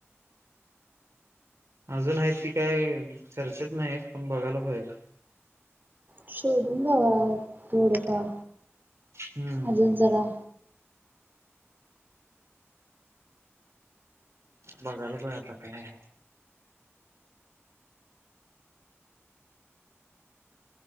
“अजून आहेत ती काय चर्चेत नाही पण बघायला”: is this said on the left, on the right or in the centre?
Right